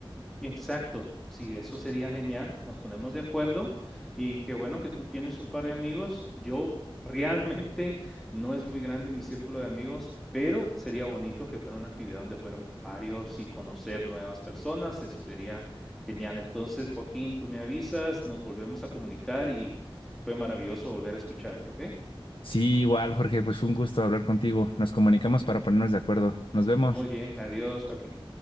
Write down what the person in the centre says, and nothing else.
Exacto, sí, eso sería genial. Nos ponemos de acuerdo y qué bueno que tú tienes un par de amigos. Yo <laughs> realmente no es muy grande mi círculo de amigos, pero sería bonito que fuera una actividad donde fuéramos varios y conocer nuevas personas. Eso sería genial. Entonces, Joaquín, tú me avisas, nos volvemos a comunicar y fue maravilloso volver a escucharte, ¿ok?
Muy bien, adiós, Joaquín.